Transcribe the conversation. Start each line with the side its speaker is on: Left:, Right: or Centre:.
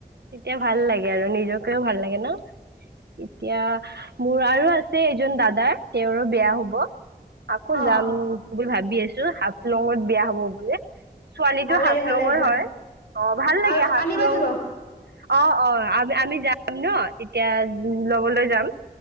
Right: এতিয়া ভাল লাগে আৰু নিজকেও ভাল লাগে ন, এতিয়া মোৰ আৰু আছে। এজন দাদাৰ তেওঁৰো বেয়া হব আকৌ
Left: অ
Right: যাম। বুলি ভাবি আছোঁ হাফলঙত বিয়া হব বোলে। ছোৱালী
Left: ভালে
Right: টো হাফলঙৰ
Left: ভালে যোৱা
Right: হয় অ', ভাল লাগে
Left: আৰু
Right: হাফলং।
Left: আনিবা যাব অ
Right: অ, অ, আমি আমি যাম ন তেতিয়া লবলৈ যাম।